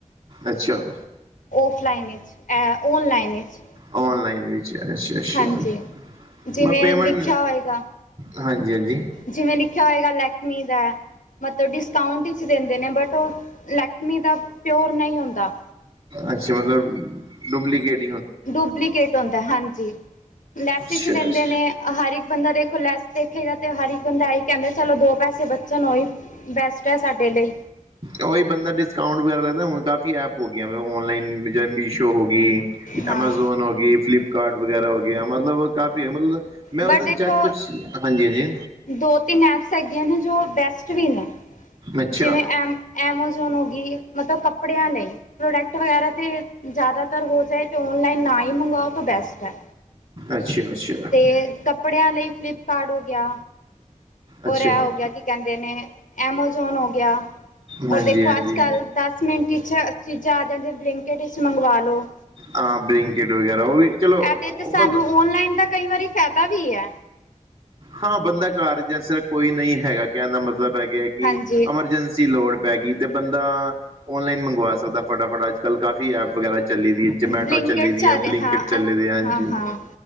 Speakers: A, on the right; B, on the left.
A: ਅੱਛਾ
B: ਉਫਲਾਈਨ ਵਿੱਚ ਔਨਲਾਈਨ ਵਿੱਚ
A: ਔਨਲਾਈਨ ਵਿੱਚ ਅੱਛਾ ਅੱਛਾ
B: ਹਾਂਜੀ ਜਿਵੇਂ
A: ਮ ਪੇਮੈਂਟ।
B: ਲਿਖਿਆ ਹੋਏਗਾ
A: ਹਾਂਜੀ, ਹਾਂਜੀ।
B: ਜਿਵੇਂ ਲਿਖਿਆ ਹੋਏਗਾ ਲੈਕਮੀ ਦਾ ਮਤਲਬ ਡਿਸਕਾਉਂਟ ਵਿੱਚ ਦਿੰਦੇ ਨੇ ਬਟ ਉਹ ਲੈਕਮੀ ਦਾ ਪਿਓਰ ਨਹੀਂ ਹੁੰਦਾ
A: ਅੱਛਾ ਮਤਲਬ ਡੁਪਲਕੇਟ
B: ਡੁਪਲੀਕੇਟ ਹੁੰਦਾ ਹਾਂਜੀ ਲੈਸ
A: ਅੱਛਾ
B: 'ਇਚ ਦਿੰਦੇ
A: ਅੱਛਾ
B: ਨੇ ਹਰ ਇੱਕ ਬੰਦਾ ਦੇਖੋ ਲੈਸ ਦੇਖੇਗਾ ਤੇ ਹਰ ਇੱਕ ਬੰਦਾ ਆਈ ਕਹਿੰਦਾ ਚਲੋ ਦੋ ਪੈਸੇ ਬ ਚਨੋਈ ਬੈਸਟ ਸਾਡੇ ਲਈ
A: ਉਹੀ ਬੰਦਾ ਡਿਸਕਾਊਂਟ ਵਗੈਰਾ ਲੱਗਦਾ ਹੁਣ ਕਾਫੀ ਐਪ ਹੋ ਗਈਆਂ ਔਨਲਾਈਨ ਚਾਹੇ ਮੀਸ਼ੋ ਹੋ ਗਈ
B: ਹਾਂ
A: ਅਮਾਜ਼ੋਨ ਹੋ ਗ ਫਲਿਪ ਕਾਰਡ ਵਗੈਰਾ ਹੋਗਿਆ ਮਤਲਬ ਕਾਫੀ ਮਤਲਬ ਮੈਂ
B: ਬਟ
A: ਉਸ
B: ਦੇਖੋ
A: ਦਿ ਚੈਕ ਕੁਛ ਹਾਂਜੀ ਹਾਂਜੀ
B: ਦੋ ਤਿੰਨ ਐਪਸ ਹੈਗੀਆਂ ਨੇ ਜੋ ਬੈਸਟ ਵੀ ਨੇ
A: ਅੱਛਾ
B: ਜਿਵੇਂ ਐਮ ਐਮਾਜ਼ੋਨ ਹੋ ਗਈ ਮਤਲਬ ਕੱਪੜਿਆਂ ਲਈ ਪ੍ਰੋਡਕਟ ਵਗੈਰਾ ਤੇ ਜ਼ਿਆਦਾਤਰ ਹੋ ਜਾਏ ਤੇ ਓਨਲਾਈਨ ਨਾ ਹੀ ਮੰਗਵਾਓ ਤਾਂ ਬੈਸਟ ਹੈ
A: ਅੱਛਾ ਅੱਛਾ
B: ਤੇ ਕੱਪੜਿਆਂ ਲਈ ਫਲਿਪਕਾਰਟ ਹੋ ਗਿਆ ਰ
A: ਅੱਛਾ
B: ਰਹਿ ਹੋ ਗਿਆ ਕਿ ਕਹਿੰਦੇ ਨੇ ਐਮਾਜ਼ੋਨ ਹੋ ਗਿਆ
A: ਹਾਂਜੀ
B: ਉਹਰ ਦੇਖੋ
A: ਹਾਂਜੀ
B: ਅੱਜ ਕੱਲ੍ਹ ਦਸ ਮਿੰਟ ' ਚੀਜ਼ਾਂ ਆਦੀਆਂ ਅਤੇ ਬਲੈਂਕਟ 'ਚ ਮੰਗਵਾ ਲਉ
A: ਹਾਂ ਬਲਿੰਕਟ ਵਗੈਰਾ ਉਹ ਵੀ ਚਲੋ
B: ਇਹਦੇ ਤੇ ਸਾਨੂੰ
A: ਬ
B: ਔਨਲਾਈਨ ਦਾ ਕਈ ਵਾਰੀ ਫਾਇਦਾ ਵੀ ਹੈ
A: ਹਾਂ ਬੰਦਾ ਘਰ ਜਾਂ ਸਿਰਫ ਕੋਈ ਨਹੀਂ ਹੈਗਾ ਕਹਿਣ ਦਾ ਮਤਲਬ ਹੈਗੇ
B: ਹਾਂਜੀ
A: ਐਮਰਜੈਂਸੀ ਲੋੜ ਪੈ ਗਈ ਤੇ ਬੰਦਾ ਔਨਲਾਈਨ ਮੰਗਵਾ ਸਕਦਾ ਫਟਾਫਟਾ ਅ ਕੱਲ੍ਹ ਕਾਫ਼ੀ ਐਪ ਵਗੈਰਾ ਚੱਲੀ ਦੀ ਹੈ ਜਮੈਟੋ
B: ਬਲਿੰਕਟ
A: ਚੱਲੀ ਦੀ
B: ਚੱਲ
A: ਹੈ
B: ਰਿਹਾ
A: ਬਲਿੰਕਟ
B: ਹਾਂ
A: ਚੱਲੀ
B: ਅ-
A: ਹਾਂਜੀ
B: ਹਾਂ ਹਾਂ